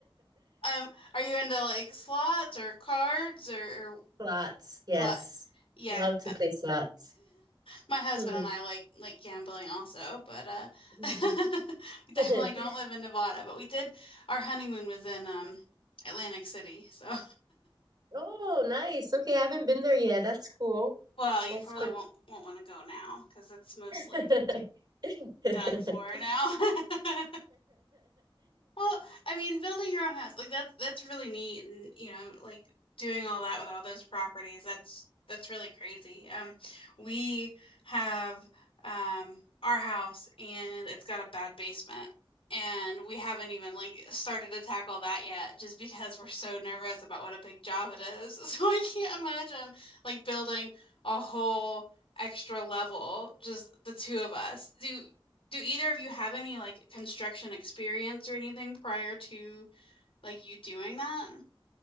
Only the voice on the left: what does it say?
Um, are you into like slots or cards or, or
slot? Yeah.
<laughs>
My husband
and I like like gambling also, but uh
<laughs> we definitely
don't live in Nevada, but we did our honeymoon was in um Atlantic City. So,
<laughs> well, you
probably
won't won't want to go now because it's mostly
like done for now. <laughs> Well, I mean, building your own house, like that's that's really neat and you know, like doing all that with all those properties, that's that's really crazy. Um, we have um our house and it's got a bad basement and we haven't even like started to tackle that yet just because we're so nervous about what a big job it is. <laughs> So I can't imagine like building a whole extra level, just the two of us. Do do either of you have any like construction experience or anything prior to like you doing that?